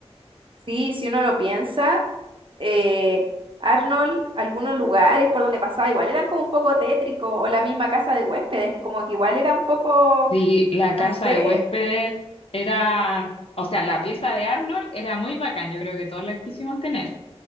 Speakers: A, on the right; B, on the left.
A: sí, si uno lo piensa, eh, Arnold, algunos lugares por donde pasaba, igual eran como un poco tétricos, o la misma casa de huéspedes, como que igual era un poco,
B: Sí, la casa
A: no sé,
B: de huéspedes era, o sea, la pieza de Arnold era muy bacán, yo creo que todos la quisimos tener.